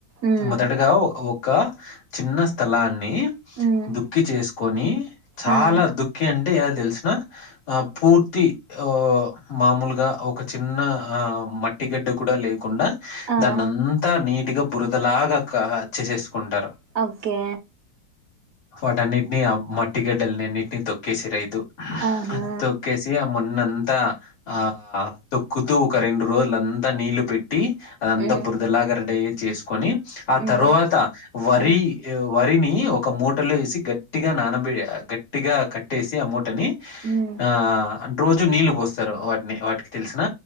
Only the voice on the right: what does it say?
ఉమ్
ఉమ్
ఆ
ఆ
ఓకే
ఆహా
మ్మ్
మ్మ్
మ్మ్
మ్మ్